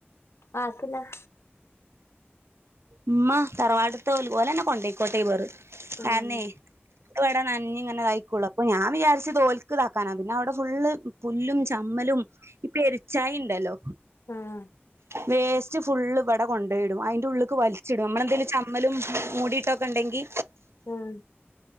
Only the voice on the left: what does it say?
ആർക്ക് തിന്നാൻ.
ആഹ്
ആഹ്
ആഹ്.